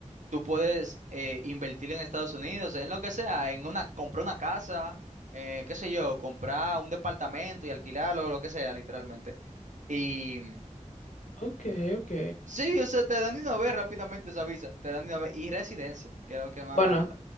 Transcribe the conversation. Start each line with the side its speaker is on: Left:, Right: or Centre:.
Right: tú puedes eh, invertir en Estados Unidos, en lo que sea, en una, comprar una casa, eh, qué sé yo, comprar un departamento y alquilarlo, lo que sea, literalmente. Y
Left: Ok, ok.
Right: sí, o sea, te dan de una vez rápidamente esa visa, te dan de una vez y residencia, que es lo que más,
Left: Bueno,